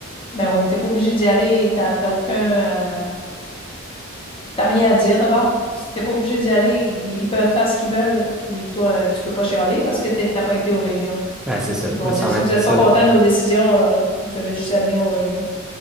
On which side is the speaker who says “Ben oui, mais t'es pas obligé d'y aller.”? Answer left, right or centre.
Left